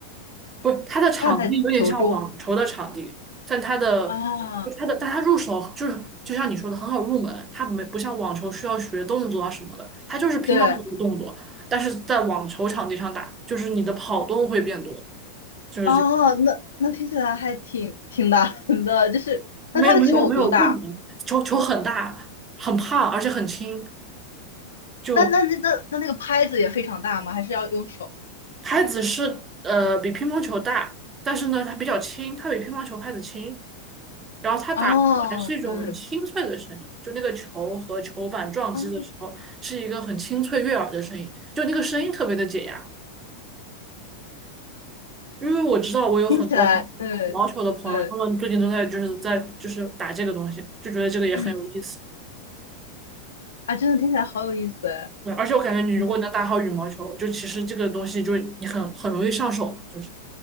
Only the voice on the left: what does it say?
站在球桌
啊。
对，
哦，那那听起来还挺挺难的，就是那它的球有多大？
那那那那那那个拍子也非常大吗？还是要用手？
哦，对，
啊、
听起来对对，
嗯，啊，真的听起来好有意思哎，
嗯，